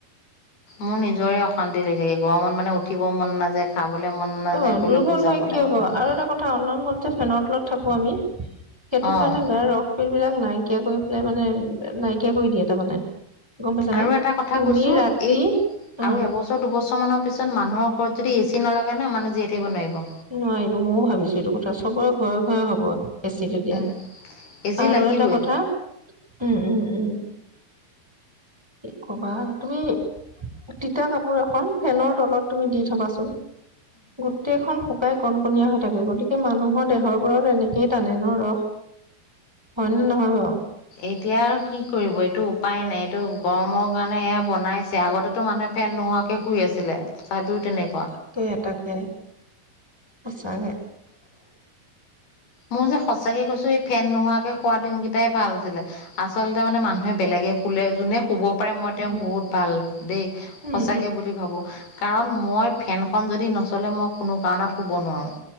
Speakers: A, on the left (about 70°); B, in the centre.
A: মোৰ নিজৰে অশান্তি লাগি থাকে। গৰমত মানে উঠিব মন নাযায়। খাবলৈ মন নাযায়
B: অ'
A: ক'লৈকো
B: দুৰ্বল
A: যাবলৈ
B: হয় কিয়
A: মন
B: বা
A: নাযায়
B: আৰু এটা কথা অনন মন যে ফেনৰ তলত থাকোঁ আমি সেইটো
A: অঁ
B: কাৰণে গাৰ ৰস। এই বিলাক নাইকিয়া কৰি পেলাই মানে নাইকিয়া কৰি দিয়ে তাৰমানে। গ'ম পাইছানে?
A: আৰু এটা কথা
B: তুমি
A: কৈছোঁ
B: ৰাতি
A: এই
B: উম।
A: এবছৰ আৰু দুবছৰমানৰ পিছত মানুহৰ ঘৰত যদি এ চি নালাগে নহয়। মানুহ জীয়াই থাকিব নোৱাৰিব।
B: নোৱাৰিব মইয়ো ভাবিছোঁ। এইটো কথা চবৰে ঘৰে ঘৰে হ'ব। এ চি তেতিয়া
A: উম, এ চি
B: আৰু
A: লাগিবই
B: এটা কথা উম, উম, উম। কি ক'বা তুমি তিতা কাপোৰ এখন ফেনৰ তলত তুমি দি থ'বা চোন গোটেই খন শুকাই কণ কণীয়া হৈ থাকে। গতিকে মানুহৰ দেহৰ পৰা তেনেকে টানে ন ৰস। হয়নে নহয় বাৰু
A: এতিয়া আৰু কি কৰিব এইটো উপায় নাই এইটো গৰমৰ কাৰণে এইয়া বনাইছে। আগতেতো মানুহে ফেন নোহোৱাকে শুই আছিলে। তথাপিওঁ তেনে
B: তাকে তাকে সঁচাকে
A: মোৰ যে সঁচাকে কৈছোঁ এই ফেন নোহোৱাকে শুৱা দিনকেইটাই ভাল আছিলে। আচলতে মানে মানুহে বেলেগে শুলে যোনে শুব পাৰে মই
B: উম
A: তেওঁক বহুত ভাল দেই
B: উম
A: সঁচাকে বুলি ভাবোঁ। কাৰণ মই ফেনখন যদি নচলে। মই কোনো কাৰণত শুব নোৱাৰোঁ।